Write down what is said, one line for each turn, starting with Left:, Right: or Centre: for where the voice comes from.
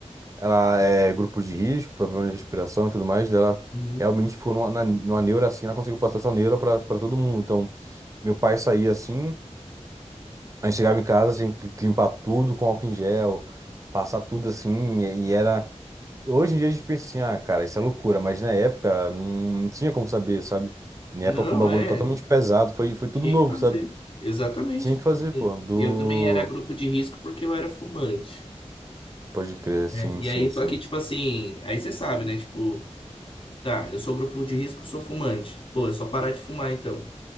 Right: ela é grupo de risco, problema de respiração e tudo mais, dela
Left: Uhum.
Right: realmente ficou numa, na- numa neura assim, ela conseguiu passar essa neura pra, pra todo mundo. Então. Meu pai saía assim. A gente chegava em casa, tinha que que limpar tudo com álcool em gel, passar tudo assim, e e era. Hoje em dia a gente pensa assim, ah, cara, isso é loucura, mas na época não tinha como saber, sabe? Na
Left: Não,
Right: época foi um bagulho
Left: é,
Right: totalmente pesado, foi, foi tudo
Left: tinha
Right: novo,
Left: que fazer.
Right: sabe?
Left: Exatamente,
Right: Tinha que
Left: tipo
Right: fazer,
Left: assim,
Right: pô, do.
Left: eu também era grupo de risco porque eu era fumante,
Right: Pode crer, sim,
Left: né? E
Right: sim,
Left: aí, só
Right: sim.
Left: que tipo assim, aí você sabe, né? Tipo, tá, eu sou grupo de risco, sou fumante. Pô, é só parar de fumar então.